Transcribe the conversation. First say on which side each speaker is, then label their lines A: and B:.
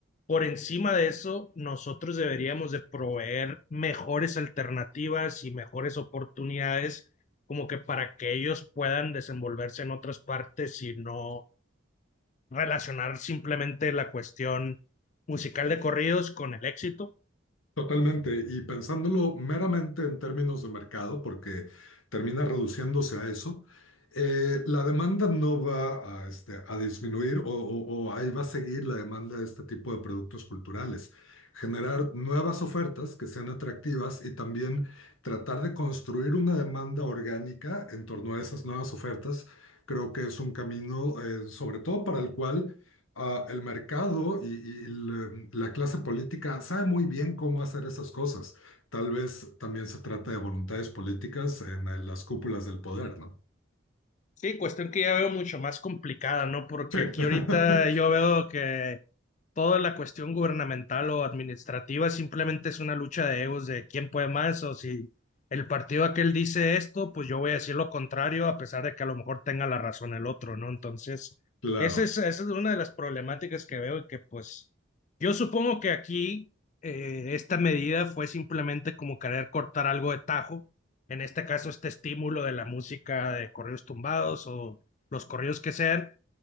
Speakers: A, on the left; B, on the left.
A: por encima de eso, nosotros deberíamos de proveer mejores alternativas y mejores oportunidades como que para que ellos puedan desenvolverse en otras partes y no relacionar simplemente la cuestión musical de corridos con el éxito
B: Totalmente, y pensándolo meramente en términos de mercado, porque termina reduciéndose a eso, eh, la demanda no va a, este, a disminuir o, o- o ahí va a seguir la demanda de este tipo de productos culturales. Generar nuevas ofertas que sean atractivas y también tratar de construir una demanda orgánica en torno a esas nuevas ofertas, creo que es un camino, eh, sobre todo para el cual ah, el mercado y, y el, em, la clase política sabe muy bien cómo hacer esas cosas. Tal vez también se trata de voluntades políticas en eh, las cúpulas del poder, ¿no?
A: Sí, cuestión que ya veo mucho más complicada, ¿no? Porque
B: Sí,
A: aquí
B: <laughs>
A: ahorita yo veo que toda la cuestión gubernamental o administrativa simplemente es una lucha de egos de quién puede más o si el partido aquel dice esto, pues yo voy a decir lo contrario a pesar de que a lo mejor tenga la razón el otro, ¿no? Entonces,
B: claro.
A: esa es, esa es una de las problemáticas que veo y que pues yo supongo que aquí eh, esta medida fue simplemente como querer cortar algo de tajo en este caso este estímulo de la música de corridos tumbados o los corridos que sean,